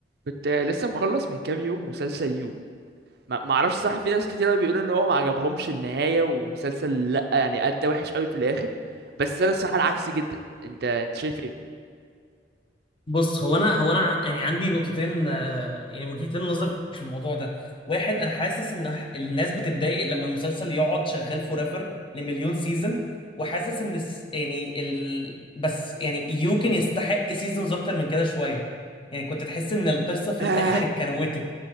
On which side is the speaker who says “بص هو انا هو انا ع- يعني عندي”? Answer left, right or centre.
Left